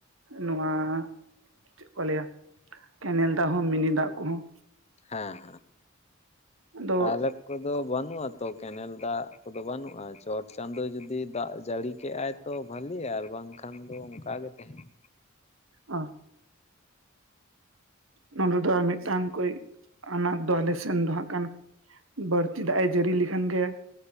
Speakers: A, on the right (about 70°); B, on the left (about 30°).
A: ᱱᱚᱣᱟ ᱪᱮᱫ ᱠᱚ ᱞᱟᱹᱭᱟ ᱠᱮᱱᱮᱞ ᱫᱟᱜ ᱦᱚᱸ ᱢᱤᱱᱤ ᱫᱟᱜ ᱠᱚᱦᱚᱸ
B: ᱦᱮᱸ
A: ᱟᱫᱚ
B: ᱟᱞᱮ ᱠᱚᱫᱚ ᱵᱟᱹᱱᱩᱜᱼᱟ ᱛᱚ ᱛᱚ ᱠᱮᱱᱮᱞ ᱫᱟᱜ ᱠᱚᱫᱚ ᱵᱟᱹᱱᱩᱜᱼᱟ ᱪᱚᱴ ᱪᱟᱸᱫᱚ ᱡᱩᱫᱤ ᱫᱟᱜ ᱡᱟᱹᱲᱤ ᱠᱚ ᱠᱮᱜᱼᱟᱭ ᱛᱚ ᱵᱷᱟᱞᱤ ᱟᱨ ᱵᱟᱝ ᱠᱷᱟᱱ ᱫᱚ ᱚᱱᱠᱟ ᱜᱮ ᱛᱟᱦᱮᱸᱱᱟ
A: ᱚ ᱱᱚᱰᱮ ᱫᱚ ᱟᱨ ᱢᱤᱫ ᱴᱟᱝ ᱠᱚᱡ ᱟᱱᱟᱴ ᱫᱚ ᱟᱞᱮ ᱥᱮᱱ ᱫᱚᱦᱟᱜ ᱠᱟᱱ ᱵᱟᱹᱲᱛᱤ ᱫᱟᱜ ᱮ ᱡᱟᱹᱲᱤ ᱞᱮᱠᱷᱟᱱ ᱜᱮ